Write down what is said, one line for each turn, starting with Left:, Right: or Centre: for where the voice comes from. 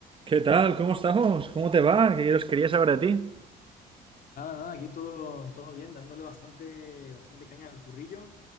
Right: ¿Qué tal? ¿Cómo estamos? ¿Cómo te va? Que yo os quería saber de ti.
Left: Nada, nada, aquí todo, todo bien, dándole bastante, bastante caña al currillo.